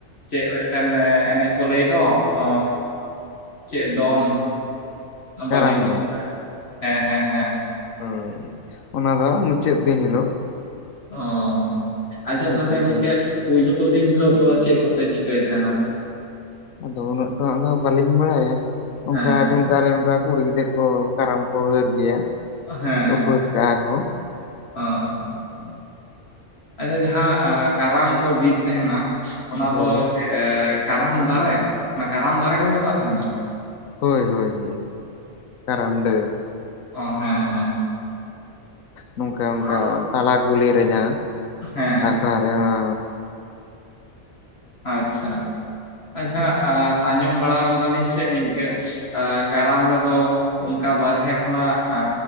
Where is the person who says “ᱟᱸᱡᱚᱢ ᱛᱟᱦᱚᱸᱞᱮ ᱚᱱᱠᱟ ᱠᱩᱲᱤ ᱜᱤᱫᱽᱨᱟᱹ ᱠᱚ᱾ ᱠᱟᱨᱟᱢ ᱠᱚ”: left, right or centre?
Left